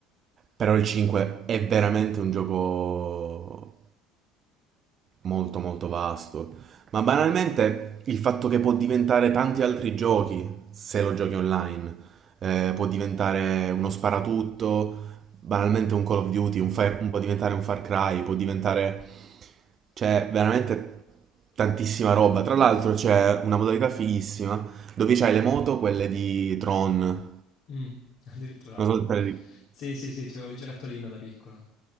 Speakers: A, on the right; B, on the left.
A: Però il 5 è veramente un gioco molto molto vasto, ma banalmente il fatto che può diventare tanti altri giochi se lo giochi online, Eh, può diventare uno sparatutto, banalmente un Call of Duty, un Far- può diventare un Far Cry, può diventare... C'è veramente tantissima roba. Tra l'altro c'è una modalità fighissima dove c'hai le moto, quelle di Tron. Non
B: Mm, <laughs> addirittura.
A: so se te le
B: Sì, sì, sì, c'avevo il giocattolino da piccolo.